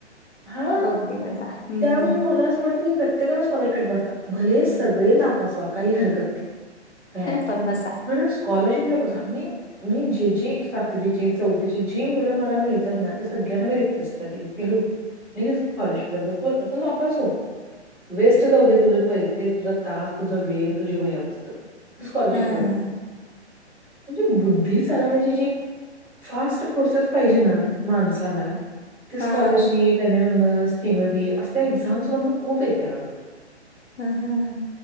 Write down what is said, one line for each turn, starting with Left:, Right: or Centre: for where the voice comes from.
Centre: हा
Left: बौद्धी होता हम्म
Centre: त्यामुळे मला असं वाटतं की प्रत्येकानच स्कॉलरशिपबसा भले सगळे नापासवा काही हरकत नाही काय
Left: पण बसा
Centre: खरं स्कॉलरशिप मी जे जी सातवी चौथची जी मुले मला मिळतात ना सगळ्यांना रिक्वेस्ट पिल्लू प्लीज स्कॉलरशिप ला बस तू नापास होऊ वेस्ट जाऊ दे तुझे पैसे तुझा तास तुझा वेळ तुझी वया पुुस्तकं स्कॉलरशिप
Left: हं
Centre: ला म्हणजे बुद्धी चालवण्याची जी फास्ट प्रोसेस पाहिजे ना माणसाला ते
Left: हं
Centre: स्कॉलरशिप एमीमी असल्या एक्झाम्स मधून खूप येते अग
Left: हम्म हम्